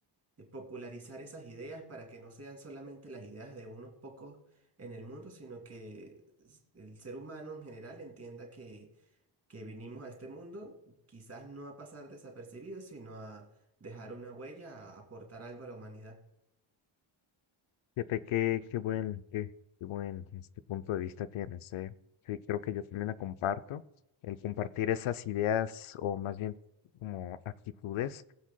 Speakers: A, on the right (about 30°); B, on the left (about 75°).
A: eh, popularizar esas ideas para que no sean solamente las ideas de unos pocos en el mundo, sino que s- el ser humano en general entienda que vinimos a este mundo, quizás no a pasar desapercibidos, sino a dejar una huella, a aportar algo a la humanidad.
B: Fíjate qué, qué buen, qué, qué buen este punto de vista tienes, ¿eh? Sí, creo que yo también la comparto. El compartir esas ideas o más bien como actitudes